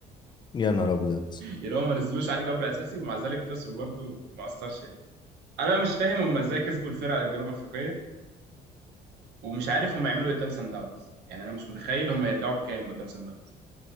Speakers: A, on the left (about 25°); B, on the right (about 85°).
A: يا نهار ابيض
B: يعني هم ما نزلوش علي جبر اساسي ومع ذلك خسروا برضه وما اثرش يعني انا بقى مش فاهم هم ازاي كسبوا الفرقه الجنوب افريقيه ومش عارف هم يعملوا ايه قدام سان داونز يعني انا مش متخيل هم يرجعوا بكام قدام سان داونز